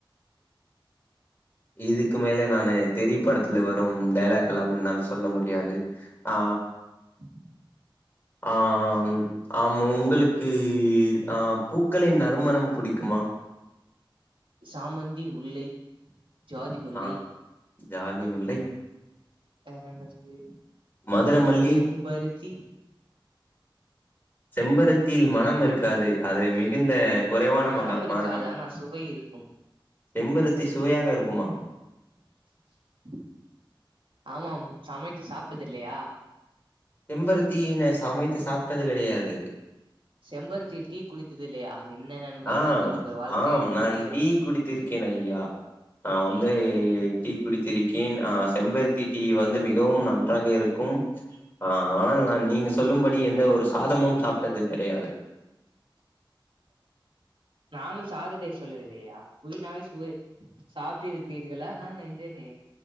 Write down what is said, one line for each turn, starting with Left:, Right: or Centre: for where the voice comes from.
Left: இதுக்கு மேல நானு தெறி படத்துல வரும் டைலாக் எல்லாம் என்னால் சொல்ல முடியாது ஆ
Right: உம்
Left: ஆ ஆம உங்களுக்கு அ பூக்களின் நர் றுமணம் புடிக்குமா
Right: சாமந்தி முல்லை ஜாதி முல்லை
Left: ஆ ஜாதி முல்லை
Right: வேற என்னசுது
Left: மதுர மல்லி
Right: செம்பருத்தி
Left: செம்பருத்தியில்
Right: செம்பருத்தி
Left: மனம் இருக்காது அது மிகுந்த குறைவான
Right: மனம்
Left: மகா
Right: இருக்காது
Left: மாரணம்
Right: ஆனா சுவை இருக்கும்
Left: செம்பருத்தி சுவையாக இருக்குமா
Right: உ ஆமாம் சமைத்து சாப்ட்டது இல்லையா
Left: செம்பருத்தீன சமைத்து சாப்ட்டது கடையாது
Right: செம்பருத்தியில் டீ குடித்துது இல்லையா என்ன நண்பா
Left: ஆ
Right: நீங்கள் உங்கள் வாழ்க்கையில்
Left: ஆம் நான்
Right: மீறிய
Left: டீ குடித்திருக்கேன் ஐயா ஆ வந்து டீ குடித்திருக்கேன் ஆ செம்பருத்தி டீ வந் மிகவும் நன்றாக இருக்கும் ஆனால் நா நீங்க சொல்லும்படி எந்த ஒரு சாதமும் சாப்ட்ட அது கெடயாது
Right: நானும் சாதத்தை சொல்லவில்லயா புவினாவே சவை சாப்ட்டிருக்கிறீர்களா நான் என்டேனே